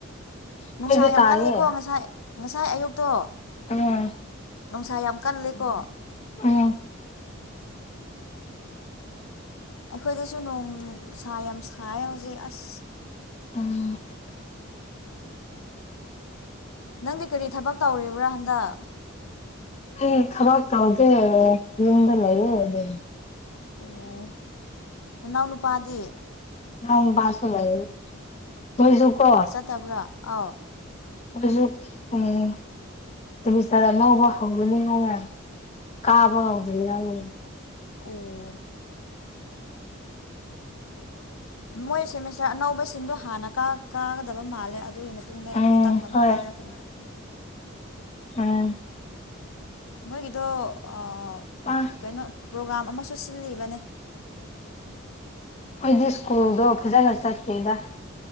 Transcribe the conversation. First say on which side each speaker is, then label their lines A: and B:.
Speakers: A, on the left; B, on the left.
A: ꯑꯩꯈꯣꯏꯗꯤ
B: ꯅꯨꯡꯁꯥ ꯌꯥꯝ
A: ꯇꯥꯏꯌꯦ
B: ꯀꯜꯂꯦꯀꯣ ꯉꯁꯥꯏ ꯉꯁꯥꯏ ꯑꯌꯨꯛꯇꯣ
A: ꯎꯝ
B: ꯅꯨꯡꯁꯥ ꯌꯥꯝ ꯀꯜꯂꯤꯀꯣ
A: ꯎꯪ
B: ꯑꯩꯈꯣꯏꯗꯁꯨ ꯅꯣꯡ ꯁꯥ ꯌꯥꯝ ꯁꯥꯏ ꯍꯧꯖꯤꯛ ꯑꯥꯁ
A: INAUDIBLE
B: ꯅꯪꯗꯤ ꯀꯔꯤ ꯊꯕꯛ ꯇꯧꯔꯤꯕ꯭ꯔꯥ ꯍꯟꯗꯛ
A: ꯑꯩꯗꯤ ꯊꯕꯥꯛ ꯇꯧꯗꯦꯑꯦ ꯌꯨꯝꯗ ꯂꯩꯌꯦ
B: ꯑꯣꯑꯣ ꯅꯅꯥꯎ ꯅꯨꯄꯥꯗꯤ
A: ꯏꯅꯥꯎꯅꯨꯄꯥꯁꯨ ꯂꯩꯌꯦ ꯃꯣꯏꯖꯨ ꯀꯣ
B: ꯇꯥꯕ꯭ꯔꯥ ꯑꯥꯎ
A: ꯃꯣꯏꯖꯨ ꯎꯝ ꯁꯦꯃꯤꯁꯇꯔ ꯑꯅꯧꯕ ꯍꯧꯕꯅꯤꯅꯅꯦ ꯀꯥꯕ ꯍꯧꯗ꯭ꯔꯤ ꯋꯥꯠꯂꯤ
B: ꯑꯣꯑꯣ ꯃꯣꯏ ꯁꯦꯃꯤꯁꯇꯔ ꯑꯅꯧꯕꯁꯤꯡꯗꯣ ꯍꯥꯟꯅ ꯀꯥ ꯀꯥꯒꯗꯕ ꯃꯥꯜꯂꯦ ꯑꯗꯨꯒꯤꯅꯦ ꯇꯨꯡꯗ ꯑꯩꯈꯣꯏ
A: ꯎꯝ
B: ꯇꯞꯅ ꯑꯃꯨꯛ
A: ꯍꯣꯏ
B: ꯀꯥꯔꯛꯀꯅꯤ
A: INAUDIBLE
B: ꯃꯣꯏꯒꯤꯗꯣ ꯑꯥꯑ
A: INAUDIBLE
B: ꯀꯩꯅꯣꯄ꯭ꯔꯣꯒꯥꯝ ꯑꯃꯁꯨ ꯁꯤꯜꯂꯤꯕꯅꯦ
A: ꯑꯩꯈꯣꯏꯗꯤ ꯁ꯭ꯀꯨꯜꯗꯣ ꯐꯖꯅ ꯆꯠꯇꯦꯗ